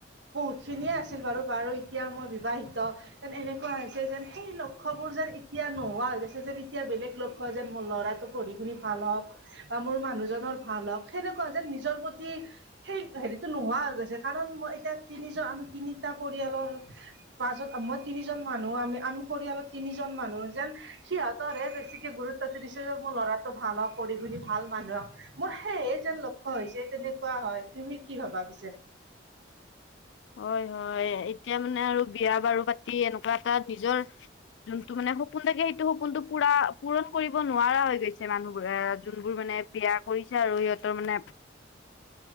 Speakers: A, on the right; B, on the left.
A: বহুতখিনিয়ে আছিল বাৰু। বাৰু এতিয়া মই বিবাহিত। যেন এনেকুৱা হৈছে যেন সেই লক্ষ্য বোৰ যেন এতিয়া নোহোৱা হৈ গৈছে যেন এতিয়া বেলেগ লক্ষ্য কয় যেন মোৰ ল'ৰাটো পঢ়ি শুনি ভাল হওঁক বা মোৰ মানুহজনৰ ভাল হওঁক। সেনেক কোৱা যেন নিজৰ প্ৰতি সেই হেৰিটো নোহোৱা হৈ গৈছে, কাৰণ মই এতিয়া তিনিজন আমি তিনিটা পৰিয়ালৰ পাঁচজন মই তিনিজন মানুহ আমি আমি পৰিয়ালত তিনিজন মানুহ যেন সিহঁতৰহে বেছিকে গুৰুত্ব দি দিছে যে, মোৰ ল'ৰাটো ভাল হওক। পঢ়ি শুনি ভাল মানুহক হওক। মোৰ সেইহে যেন লক্ষ্য হৈছে তেনেকুৱা হয়। তুমি কি ভাবা পিছে?
B: হয় হয়। এতিয়া মানে আৰু বিয়া বাৰু পাতি এনেকুৱা তাত নিজৰ যোনটো মানে সপোন থাকে সেইটো সপোনটো পুৰা পূৰণ কৰিব নোৱাৰা হৈ গৈছে। মানুহবোৰে এ যোনবোৰ মানে বিয়া কৰিছে আৰু সিহঁতৰ মানে